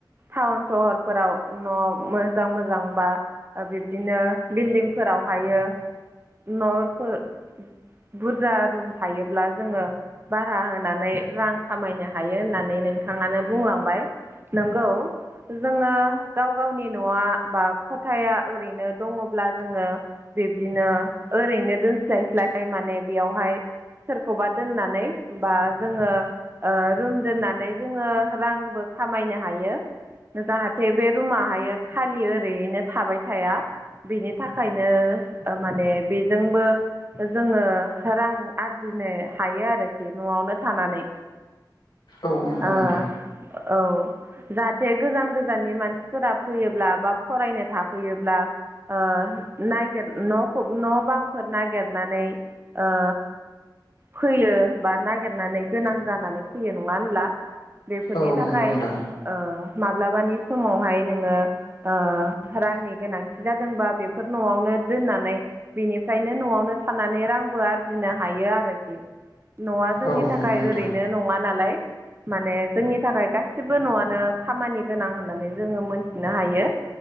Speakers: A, on the right; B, on the left.
A: टाउन सहरफोराव न' मोजां मोजां बा बिब्दिनो बिल्डिंफोराव हायो न'फोर बुरजा रुम थायोब्ला जोङो भारा होनानै रां खामायनो हायो होननानै नोंथाङानो बुंलांबाय नोंगौ जोङो गाव गावनि न'आ बा खथाया ओरैनो दङब्ला जोङो बिब्दिनो ओरैनो दोनस्लायस्लाय माने बेयावहाय सोरखौबा दोननानै बा जोङो ओ रुम दोननानै जोङो रांबो खामायनो हायो। जाहाथे बे रुमाहाय खालि ओरैयैनो थाबाय थाया। बिनि थाखायनो ओ माने बेजोंबो ओ जोङो रां आरजिनो हायो आरो न'आवनो थानानै
B: औ नंगौ
A: ओ
B: नोंथां
A: औ जाहाथे गोजान गोजाननि मानसिफोरा फैयोब्ला बा फरायनो थाफैयोब्ला ओ नागिर न' न' बांफोर नागिरनानै ओ फैयो बा नागिरनानै गोनां जानानै फैयो नङा होनब्ला? बेफोरनि
B: औ
A: थाखाय
B: नंगौ नोंथां
A: ओ माब्लाबानि समावहाय नोङो ओ रांनि गोनांथि जादोंबा बेफोर न'आवनो दोननानै बेनिफ्रायनो न'आवनो थानानै रांबो आरजिनो हायो आरोखि न'आ जोंनि
B: औ
A: थाखाय
B: नंगौ नोंथां
A: ओरैनो नङा नालाय माने जोंनि थाखाय गासिबो न'आनो खामानि गोनां होननानै जोङो मोनथिनो हायो।